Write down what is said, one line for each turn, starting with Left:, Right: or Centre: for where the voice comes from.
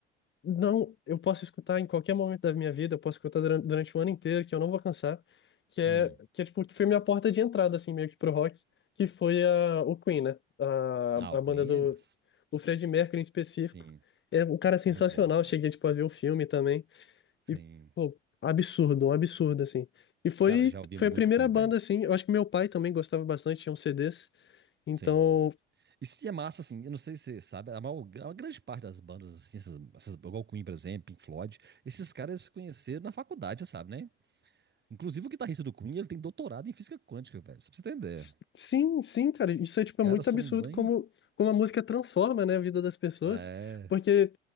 Left: não, eu posso escutar em qualquer momento da minha vida, eu posso escutar durante, durante o ano inteiro, que eu não vou cansar, que é,
Right: Hum.
Left: que é tipo, que foi minha porta de entrada, assim, meio que pro rock, que foi a, o Queen, né? A,
Right: Ah,
Left: a
Right: o Queen
Left: banda do,
Right: é massa.
Left: do Freddie Mercury em específico.
Right: Sim.
Left: É um cara sensacional,
Right: Muito bom, muito bom.
Left: cheguei, tipo, a ver o filme também, e,
Right: Sim.
Left: pô, absurdo, um absurdo, assim. E foi,
Right: Cara, já ouvi
Left: foi
Right: muito
Left: a primeira
Right: Queen,
Left: banda,
Right: velho.
Left: assim, eu acho que meu pai também gostava bastante, tinha uns CDs, então...
Right: Sim. E se é massa, assim, eu não sei se você sabe, a maior, a maior grande parte das bandas, assim, essas, essas, igual o Queen, por exemplo, Pink Floyd, esses caras se conheceram na faculdade, você sabe, né? Inclusive, o guitarrista do Queen, ele tem doutorado em física quântica, velho. Só pra você entender.
Left: S- Sim, sim, cara. Isso é,
Right: Os
Left: tipo,
Right: caras
Left: é muito
Right: são
Left: absurdo
Right: bem.
Left: como, como a música transforma, né, a vida das pessoas.
Right: É.
Left: Porque,